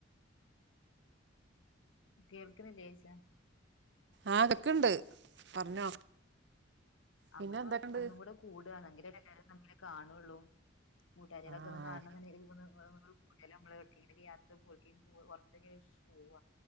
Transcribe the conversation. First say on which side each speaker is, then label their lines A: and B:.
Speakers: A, on the left (about 85°); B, on the right (about 60°).
A: കേൾക്കുന്നില്ലേ ചച്ച
B: ആഹ എടുക്കണ്ട് പറഞ്ഞോ
A: നമ്മള്
B: പിന്നെ എന്തൊക്കെണ്ട്
A: ഒന്നും കൂടെ കൂടുക ഭങ്കര ഇടക്കാരം നമ്മളെ കാണുള്ളൂ കൂട്ടാരികൊക്ക
B: ആഹ്
A: ഒ കാണ കൂട്ട നമ്മള് യാത്ര പോ പുറത്തൊ പോവ